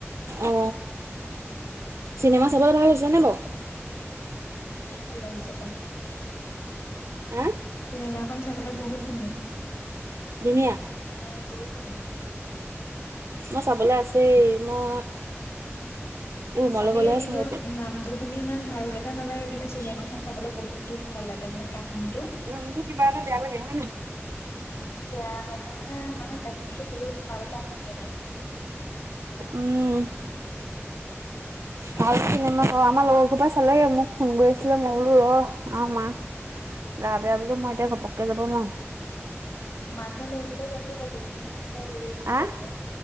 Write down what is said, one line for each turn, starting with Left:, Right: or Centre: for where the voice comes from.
Right: অ। চিনেমা চাবলৈ ভাল হৈছে নে বাও।
Left: ভাল লাগিছে চাই
Right: হা
Left: চিনেমা খন চাবলৈ বহুত ধুনীয়া
Right: ধুনীয়া
Left: অ বহুত ধুনীয়া
Right: মই চাবলে আছেই মই ৰুমলৈ
Left: চাবিগে
Right: গ'লেহে
Left: কিন্তু
Right: চাব পাৰিম
Left: নামটো শুনি ইমান ভাল গা- নালাগে কিন্তু চিনেমাখন চাবলৈ বহুতো ভাল লাগে মানে কাহিনীটো।
Right: নামটো কি বা এটা বেয়া লাগে হয় নাই?
Left: বেয়া লাগে মানে মানে কাহিনীটো বহুত ভাল কাহিনীয়ে মানে।
Right: উম
Left: চাবি
Right: ভাল চিনেমা। অ আমাৰ লগৰ সোপা চালে মোক ফোন কৰি আছিলে মই বোলো ৰ আমা মা। গা বেয়া বোলো মই এতিয়া ঘপককে যাব নোৱাওং।
Left: মাকে লৈ গলে <unintelligible>
Right: আহ